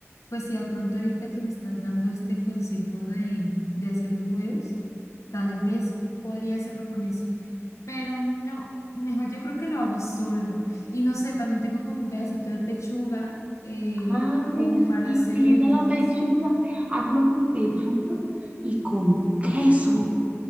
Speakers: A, on the left; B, on the right.
A: pues sí, de pronto ahorita que me estás dando este consejo de, de hacer los huevos, tal vez podría hacerlo con eso, pero no, mejor yo creo que lo hago solo. Y no sé, también tengo como un pedacito de pechuga eh,
B: Ay,
A: como para
B: sí,
A: hacer,
B: utiliza
A: entonces,
B: la pechuga. Hazlo con pechuga y con queso.